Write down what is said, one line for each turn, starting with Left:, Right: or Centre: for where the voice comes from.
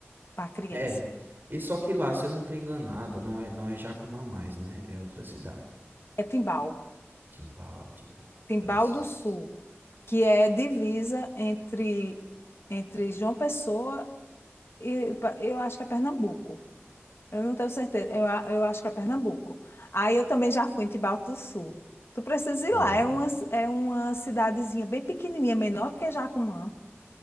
Left: Para criança.
Right: É. E só que lá, se eu não tô enganado, não é, não é Jacumã mais, né? É outra cidade.
Left: É Timbal.
Right: Timbal, Timbal.
Left: Timbal
Right: Interessante.
Left: do Sul, que é divisa entre, entre João Pessoa e pa- eu acho que é Pernambuco. Eu não tenho certeza. Eu, a- eu acho que é Pernambuco. Aí eu também já fui em Timbal do Sul. Tu precisa ir
Right: Hum,
Left: lá. É uma, é uma cidadezinha bem pequenininha, menor do que Jacumã.